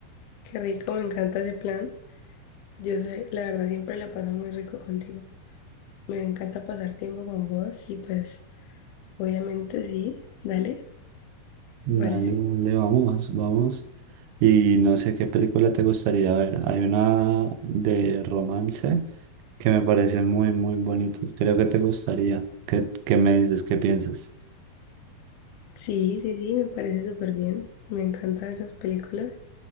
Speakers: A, on the left; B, on the right.
A: Qué rico, me encanta ese plan. Yo sé, la verdad siempre la paso muy rico contigo. Me encanta pasar tiempo con vos y pues, obviamente sí, dale,
B: Dale,
A: me parece.
B: dale, vamos, vamos. Y no sé qué película te gustaría ver. Hay una de romance que me parece muy, muy bonita. Creo que te gustaría. ¿Qué, qué me dices? ¿Qué piensas?
A: Sí, sí, sí, me parece súper bien. Me encantan esas películas.